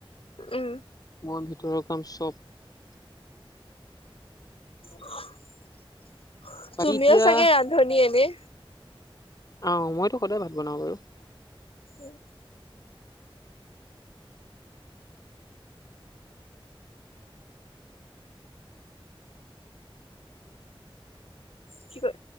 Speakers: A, on the left (about 75°); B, on the left (about 40°).
A: উম।
B: মই ভিতৰৰ কাম চব।
A: <inaudible>
B: বাকী
A: তুমিও
B: এতিয়া
A: চাগে ৰান্ধনী এনে।
B: আহ, মইতো সদায় ভাত বনাওঁ বাৰু।
A: উম। কি ক